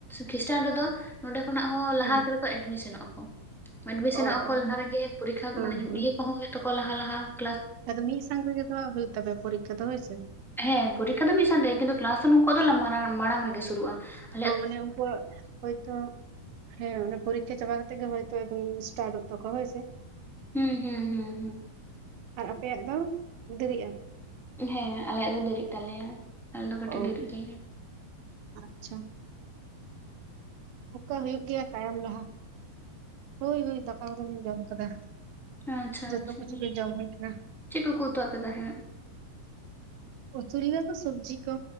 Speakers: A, in the centre; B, on the right (about 85°).
A: ᱠᱷᱤᱥᱴᱟᱱ ᱨᱮᱫᱚ ᱱᱚᱸᱰᱮ ᱠᱷᱚᱱᱟᱜ ᱦᱚᱸ ᱞᱟᱦᱟ
B: ᱦᱩᱸ
A: ᱠᱟᱛᱮᱫ ᱠᱚ ᱮᱰᱢᱤᱥᱚᱱᱚᱜᱼᱟᱠᱚ ᱮᱰᱢᱤᱥᱚᱱᱚᱜ
B: ᱚ
A: ᱟᱠᱚ
B: ᱚ
A: ᱞᱟᱦᱟ ᱨᱮᱜᱮ ᱯᱚᱨᱤᱠᱠᱷᱟ
B: ᱦᱮᱸ
A: ᱢᱟᱱᱮ
B: ᱦᱮᱸ
A: ᱤᱭᱟᱹ ᱠᱚᱦᱚᱸ ᱦᱩᱭᱩᱜ ᱛᱟᱠᱚᱣᱟ ᱞᱟᱦᱟ ᱞᱟᱦᱟ ᱾
B: ᱟᱫᱚ ᱢᱤᱫ ᱥᱟᱝᱨᱮᱜᱮ ᱫᱚ ᱦᱟᱜᱦᱩᱭᱩᱜ ᱛᱟᱯᱮᱭᱟ ᱯᱚᱨᱤᱠᱠᱷᱟ ᱫᱚ ᱦᱳᱭᱥᱮ ᱾
A: ᱦᱮᱸ ᱯᱚᱨᱤᱠᱠᱷᱟ ᱫᱚ ᱢᱤᱫ ᱥᱟᱣᱛᱮ ᱠᱤᱱᱛᱩ ᱠᱞᱟᱥ ᱫᱚ ᱱᱩᱠᱩᱣᱟᱜ ᱫᱚ ᱢᱟᱲᱟᱝ ᱨᱮᱜᱮᱥᱩᱨᱩᱜᱼᱟ ᱾
B: ᱦᱚᱸ ᱢᱟᱱᱮ ᱩᱱᱠᱩᱣᱟᱜ ᱦᱳᱭᱛᱳ ᱦᱮᱸ ᱮ ᱯᱚᱨᱤᱠᱠᱷᱟ ᱪᱟᱵᱟ ᱠᱟᱛᱮᱜ ᱜᱮ ᱦᱚᱭᱛᱳ ᱮᱠᱫᱚᱢ ᱥᱴᱟᱨᱴᱚᱜ ᱛᱟᱠᱚ ᱦᱳᱭᱥᱮ ᱾
A: ᱦᱩᱸ ᱦᱩᱸ ᱦᱩᱸ ᱦᱩᱸ ᱾
B: ᱟᱨ ᱟᱯᱮᱭᱟᱜ ᱫᱚ ᱫᱮᱨᱤᱜᱼᱟ?
A: ᱦᱮᱸ ᱟᱞᱮᱭᱟᱜ ᱫᱚ ᱫᱮᱨᱤᱜ ᱛᱟᱞᱮᱭᱟ ᱟᱞᱮ ᱫᱚ ᱠᱟᱹᱴᱤᱡ
B: ᱚ
A: ᱫᱮᱨᱤᱜ ᱛᱟᱞᱮᱭᱟ ᱾ <unintelligible>
B: ᱟᱪᱪᱷᱟ ᱚᱠᱟ ᱦᱩᱭᱩᱜ ᱜᱮᱭᱟ ᱛᱟᱭᱚᱢ ᱞᱟᱦᱟ ᱾ ᱦᱳᱭ ᱦᱳᱭ ᱫᱟᱠᱟ ᱫᱚᱞᱤᱧ ᱡᱚᱢ ᱠᱟᱫᱟ
A: ᱟᱪᱪᱷᱟ
B: ᱡᱚᱛᱚ
A: ᱟᱪᱪᱷᱟ
B: ᱠᱤᱪᱷᱩ ᱜᱮ ᱡᱚᱢ ᱦᱩᱭ ᱠᱟᱱᱟ ᱾
A: ᱪᱮᱫ ᱠᱚᱠᱚ ᱩᱛᱩᱣᱟᱯᱮ ᱛᱟᱦᱮᱸᱫ?
B: ᱩᱛᱩ ᱞᱮᱫᱟ ᱠᱚ ᱥᱚᱵᱽᱡᱤ ᱠᱚ